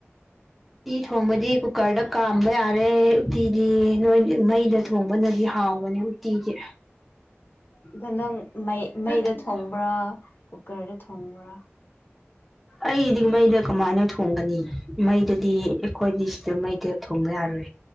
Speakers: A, in the centre; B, on the left (about 50°).
A: ꯊꯣꯡꯕꯗꯤ ꯀꯨꯀꯔꯗ ꯀꯥꯝꯕ ꯌꯥꯔꯦ ꯎꯇꯤꯗꯤ ꯅꯣꯏ ꯃꯩꯗ ꯊꯣꯡꯕꯅꯗꯤ ꯍꯥꯎꯕꯅꯦ ꯀꯤꯒꯦ
B: ꯑꯗ ꯅꯪ ꯃꯩ ꯃꯩꯗ
A: ꯊꯣꯡꯉꯦ
B: ꯊꯣꯡꯕ꯭ꯔꯥ ꯀꯨꯀꯔꯗ ꯊꯣꯡꯕ꯭ꯔꯥ
A: ꯑꯩꯗꯤ ꯃꯩꯗ ꯀꯃꯥꯏꯅ ꯊꯣꯡꯒꯅꯤ ꯃꯩꯗꯗꯤ ꯑꯩꯈꯣꯏꯗꯤ ꯁꯤꯗ ꯃꯩꯗ ꯊꯣꯡꯕ ꯌꯥꯔꯦ